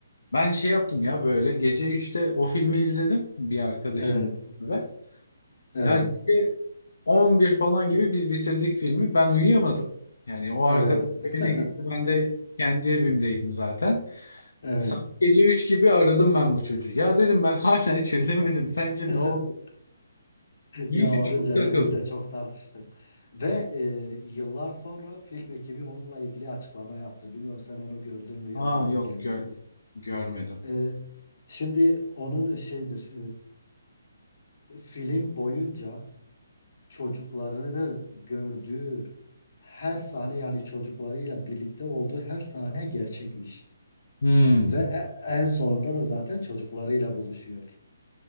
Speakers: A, on the left; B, on the left.
A: Ben şey yaptım ya böyle gece üçte o filmi izledim bir arkadaşım.
B: Evet.
A: ve
B: Evet.
A: Ya gece 11 falan gibi biz bitirdik filmi. Ben uyuyamadım. Yani o arkadaş
B: Evet.
A: evine gitti. Ben
B: <laughs>
A: de kendi evimdeydim zaten.
B: Evet.
A: Saat gece 3 gibi aradım ben bu çocuğu. Ya dedim ben <laughs> hala çözemedim. Sence
B: <laughs>
A: ne oldu? Çünkü
B: Ya onun
A: çok
B: üzerine
A: takıldım.
B: biz de çok tartıştık. Ve e, yıllar sonra film ekibi onunla ilgili açıklama yaptı. Bilmiyorum sen onu gördün mü ya
A: Aa
B: da denk
A: yok
B: geldin
A: gör
B: mi?
A: görmedim.
B: E, şimdi onun şeydir, e, film boyunca çocuklarını gördüğü her sahne yani çocuklarıyla birlikte olduğu her sahne gerçekmiş.
A: Hmm.
B: Ve e- en sonunda da zaten çocuklarıyla buluşuyor.